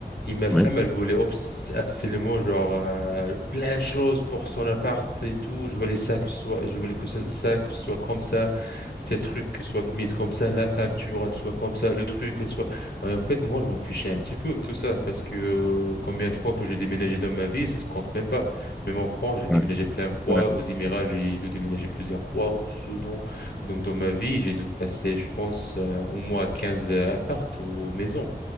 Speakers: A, on the left; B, in the centre.
A: Et ma femme,
B: Oui.
A: elle voulait obs- absolument genre euh, plein de choses pour son appart et tout. Je voulais ça que ce soit, je voulais que ça, ça, que ce soit comme ça, ces trucs que ce soit mise comme ça, la peinture elle soit comme ça, le truc elle soit. Ouais, en fait, moi, je m'en fichais un petit peu de tout ça parce que euh, combien de fois que j'ai déménagé dans ma vie, ça se compte même pas. Même en France, j'ai déménagé
B: Ouais,
A: plein de fois.
B: ouais,
A: Aux Émirats, j'ai dû déménager plusieurs fois. Au Soudan, donc dans ma vie, j'ai dû passer, je pense, euh, au moins 15 apparts aux maisons.